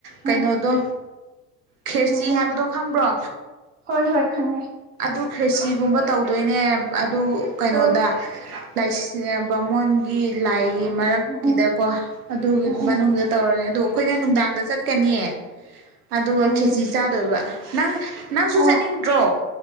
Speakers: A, on the right; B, on the right.
A: ꯀꯩꯅꯣꯗꯣ
B: ꯎꯝ
A: ꯈꯦꯔꯆꯤ
B: ꯎꯝ ꯎꯝ
A: ꯍꯥꯏꯕꯗꯣ ꯈꯪꯕ꯭ꯔꯣ
B: ꯍꯣꯏ ꯍꯣꯏ ꯈꯪꯉꯦ
A: ꯑꯗꯨ ꯈ꯭ꯔꯤꯁꯤꯒꯨꯝꯕ ꯇꯧꯗꯣꯏꯅꯦ ꯑꯗꯨ ꯀꯩꯅꯣꯗ
B: ꯑꯣ
A: ꯂꯥꯏ ꯕꯥꯃꯣꯟꯒꯤ ꯂꯥꯏ ꯃꯔꯛꯀꯤꯗꯀꯣ
B: ꯎꯝ ꯎꯝ
A: ꯑꯗꯨꯒꯤ
B: ꯎꯝ ꯎꯝ
A: ꯃꯅꯨꯡꯗ ꯇꯧꯔꯅꯤ ꯑꯗꯣ ꯑꯩꯈꯣꯏꯅ ꯅꯨꯡꯗꯥꯡꯗ ꯆꯠꯀꯅꯤꯌꯦ ꯑꯗꯨꯒ
B: ꯎꯝ
A: ꯈꯦꯆꯤ ꯆꯥꯗꯣꯏꯕ ꯅꯪ ꯅꯪꯁꯨ
B: ꯑꯣ
A: ꯆꯠꯅꯤꯡꯗ꯭ꯔꯣ